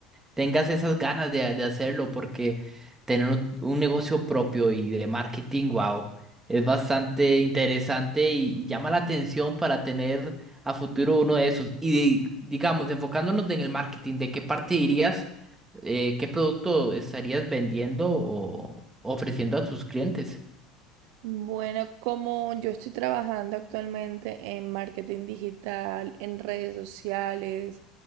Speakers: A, on the right; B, on the right.
A: tengas esas ganas de, de hacerlo, porque tener un, un negocio propio y de marketing, wow, es bastante interesante y, y llama la atención para tener a futuro uno de esos. Y de- digamos, enfocándonos en el marketing, ¿de qué parte irías? Eh, ¿qué producto estarías vendiendo o ofreciendo a tus clientes?
B: Bueno, como yo estoy trabajando actualmente en marketing digital, en redes sociales,